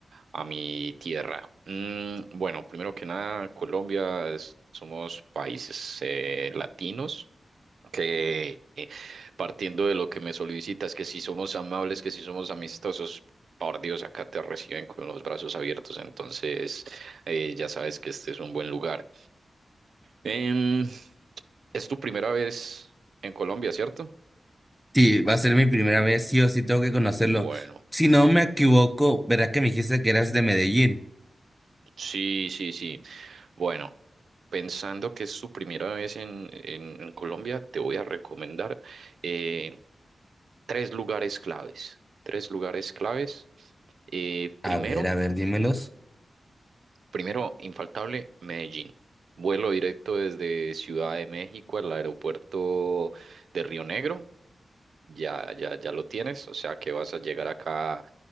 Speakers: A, on the right (about 80°); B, in the centre.
A: a mi tierra. Mm, bueno, primero que nada, Colombia, es- somos países eh, latinos que partiendo de lo que me solicitas, que si somos amables, que si somos amistosos, por Dios, acá te reciben con los brazos abiertos, entonces eh, ya sabes que este es un buen lugar. Em, es tu primera vez en Colombia, ¿cierto?
B: Sí, va a ser mi primera vez, sí o sí tengo que conocerlo.
A: Bueno,
B: Si no me equivoco, verás que me dijiste que eras de Medellín.
A: sí, sí, sí. Bueno, pensando que es su primera vez en, en- en Colombia, te voy a recomendar eh, tres lugares claves. Tres lugares claves. Eh, primero,
B: A ver, a ver, dímelos.
A: Primero, infaltable, Medellín. Vuelo directo desde Ciudad de México al aeropuerto de Río Negro. Ya, ya, ya lo tienes, o sea que vas a llegar acá